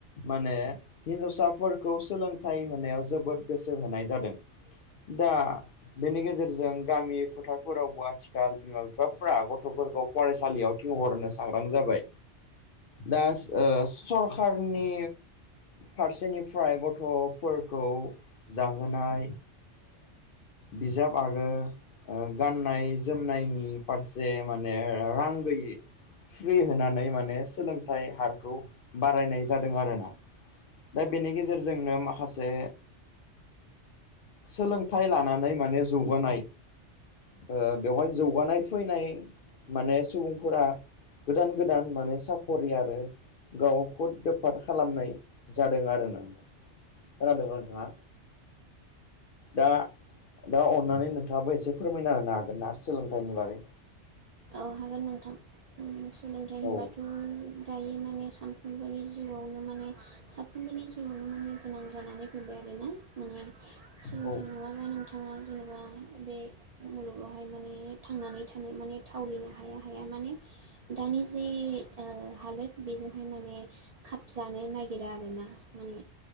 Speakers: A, on the left (about 55°); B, on the right (about 70°).
A: माने हिन्जावसाफोरखौ सोलोंथाइ होनायाव जोबोद गोसो होनाय जादों। दा बेनि गेजेरजों गामि फोथार फोरावबो आथिखाल बिमा बिफाफ्रा गथ'फोरखौ फरायसालियाव थिंहरनो सांग्रां जाबाय। दा सरखारनि फारसेनिफ्राय गथ'फोरखौ जाहोनाय बिजाब आरो गाननाय जोमनायनि फारसे माने रां गैयि फ्रि होनानै माने सोलोंथाइ हारखौ बारायनाय जादों आरोना। दा बेनि गेजेरजोंनो माखासे सोलोंथाइ लानानै माने जौगानाय ओ बेवहाय जौगानाय फैनाय माने सुबुंफोरा गोदान गोदान माने साखरि आरो गाव खुद बेफार खालामनाय जादों आरोना। खोनादोंना नोंथां? दा दा अननानै नोंथाङाबो एसे फोरमायना होनो हागोन ना सोलोंथाइनि बारै?
B: औ हागोन नोंथां। सोलोंथाइ होनबाथ'
A: औ
B: दायो माने सामफ्रोमबोनि जिउआवनो माने साफ्रोमबोनि जिउआवनो माने गोनां जानानै फैबाय आरोना। माने सोलोंथाइ
A: औ
B: नङाबा नों थाङा जेनेबा बे मुलुगावहाय माने थांनानै थानो माने थावरिनो हाया हाया माने दानि जे हालोद बेजोंहाय माने खाबजानो नागिरा आरोना माने